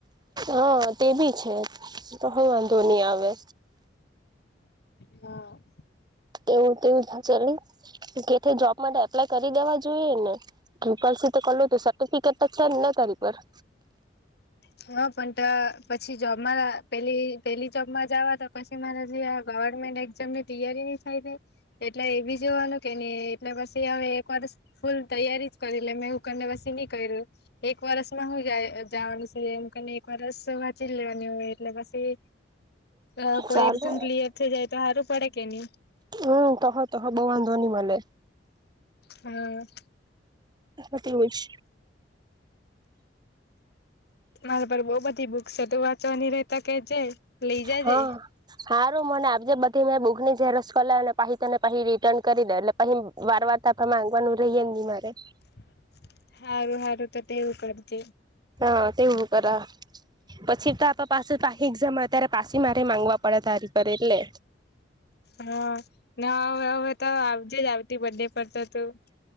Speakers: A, on the right; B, on the left.
A: હા તે બી છે તો હે વાંધો નહી આવે
B: હમ
A: એવું તેવું ચલ ની કેથે જોબ માટે એપ્લાય કરી દેવા જોઈએ ને ત્રિપલ સી તો કર્યું તું સર્ટિફિકેટ છે જ ને તારી પાસે
B: હ પણ ત પછી જોબમાં પેલી પેહલી જોબમાં જવા દો પછી મારે જે આ ગવર્મેન્ટ એક્ઝામ ની તૈયારી ની થાય એટલે એવી જોવાનું કે નહી એટલે પછી હવે એક વરસ ફૂલ તૈયારી જ કરી મેં એવું કરી ને પછી નઈ કર્યું એક વરસમાં હું જાય જવાનું છે એમ કરીને એક વરસ વાંચી લેવાની હોય એટલે પછી અ કોઈ
A: ચાલે
B: એક્ઝામ ક્લયર થઈ જાય તો સારું પડે કે નહી
A: હમ તોહો તોહો બોવ વાંધો નઈ મલે
B: હ
A: એટલુજ
B: મારા પર બઉ બધી બુક છે તું વાંચવાની રે તો કે જે લઈ જજે
A: હા સારું મને આજે બધા તું એ બુકની ઝેરોક્ષ કરાયને પછી તને પછી રિટર્ન કરી દે એટલે પછી વારંવાર તાર પાસે માંગવાનું રહીએ હે મારે
B: <inaudible> સારું સારું તો તેવું કરજે
A: હા તેવું કરાય પછી તો આપ પાસે પાછી એક્ઝામ આવે ત્યારે પાછી મારે માંગવા પડે તારી પર એટલે
B: હા ના હવે હવે તો આવજેજ આવતીબર્થ ડે પર તો તું